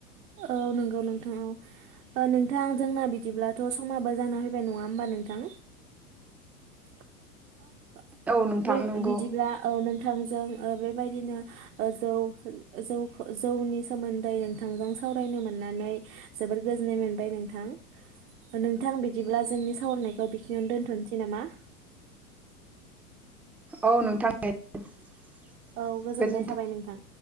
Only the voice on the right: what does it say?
औ नंगौ नोंथां औ नोंथां जोंना बिदिब्लाथ' समाबो जाना फैबाय नङा होमबा नोंथां <inaudible>
बे
बिदिब्ला औ नों नोंथांजों ओ बेबायदिनो जौ जौ जौनि सोमोन्दै नोंथांजों सावरायनो मोननानै जबोद गोजोननाय मोनबाय नोंथां। नोंथां बिदिब्ला जोंनि सावरायनायखौ बेखिनियावनो दोन्थ'नोसै नामा? <inaudible>
औ गोजोननाय
थाबाय नोंथां।